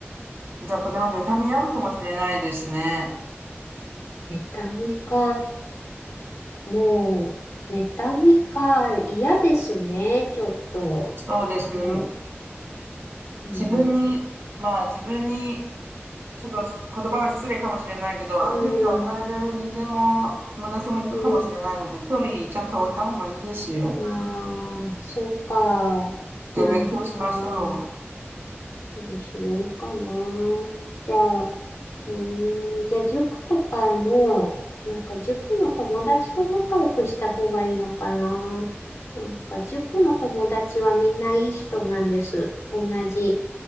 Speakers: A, on the right; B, on the left.
A: じゃあ、これは妬みあるかもしれないですね。
B: 妬みか。もう、妬みか。嫌ですね、ちょっと。
A: そうですね。
B: なん、うん、
A: 自分に、まあ自分にちょっと言葉が失礼かもしれないけど、
B: う
A: 悪影響を与える人間も、
B: ん、
A: 私もいるかもしれないので、
B: うん。
A: 距離ちゃんと置いた方がいいですよ。
B: ああ、そうか。
A: で、
B: なん、
A: 勉強しましょう。
B: ああ、そうしようかな。じゃあ、えー、じゃあ塾とかも、なんか塾の友達と仲良くした方がいいのかな。なんか塾の友達はみんないい人なんです。同じ、